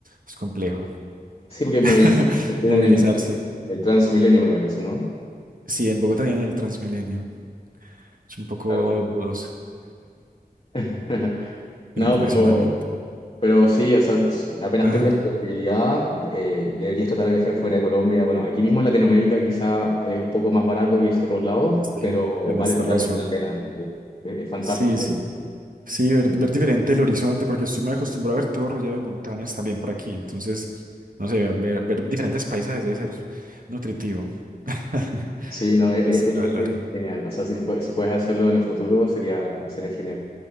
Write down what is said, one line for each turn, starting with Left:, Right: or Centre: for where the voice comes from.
Right: es complejo
Left: sí, porque en
Right: <laughs>
Left: Medellín tienen
Right: movilizarse.
Left: el, el Transmilenio, me parece, ¿no?
Right: Sí, en Bogotá tienen el Transmilenio. Es un poco
Left: Claro,
Right: dudoso.
Left: <laughs> pues.
Right: en
Left: No,
Right: funcionamiento.
Left: pero, pero sí, o sea, s- apenas
Right: Ajá,
Left: tengas la posibilidad, eh, deberías tratar de viajar fuera de Colombia. Bueno, aquí mismo en Latinoamérica quizá es un poco más barato que irse a otros lados,
Right: sí,
Left: pero
Right: tienes
Left: vale totalmente
Right: razón.
Left: la pena. Eh, Es, es fantástico.
Right: Sí, sí. Sí, ver, ver diferente el horizonte, porque estoy muy acostumbrado a ver todo rodeado de montañas también por aquí. Entonces, no sé, ver, ver, ver diferentes paisajes debe ser nutritivo. <laughs>
Left: Sí, no, es,
Right: Entonces,
Left: es-
Right: lo
Left: es-
Right: lo haré.
Left: es genial. O sea, si, pue- si puedes hacerlo en el futuro, sería, sería genial.